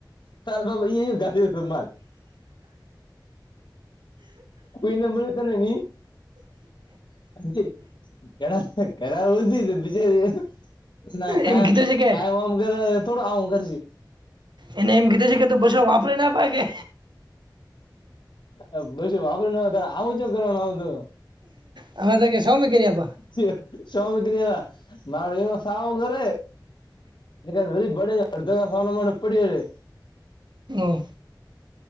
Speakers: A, on the left; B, on the right.
A: તારે બાબા ઇ. માલ. કોઈ નંબર તને ની. જે કળા કળાવ હુધી બીજેના કા.
B: એમ કીધું છે કે
A: કઈ ઓમ કરે થોડું આઉ ઘરજી.
B: એને એમ કીધું છે કે તું પછો વાપરીને પાકે.
A: અ બીજું વાપરીને આવે તારે આવું જો કરવાનું આવ તો.
B: અવે તો કે સો મે કરી આપા.
A: શું સો મે કરી આપા ના એવા ન સાવ કરે. એ કાય વરી ભડે અડધો છાનોમાનો પડ્યો રે.
B: હમ્મ.